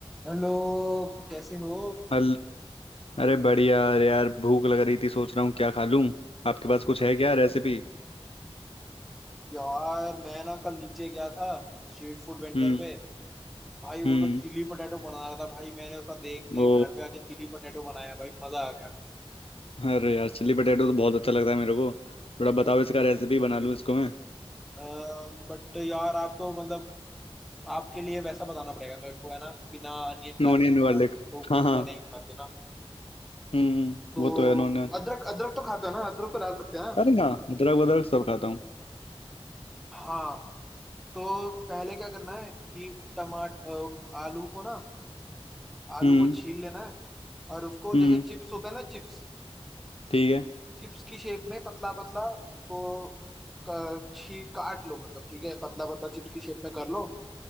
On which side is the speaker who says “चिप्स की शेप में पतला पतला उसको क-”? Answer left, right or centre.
Centre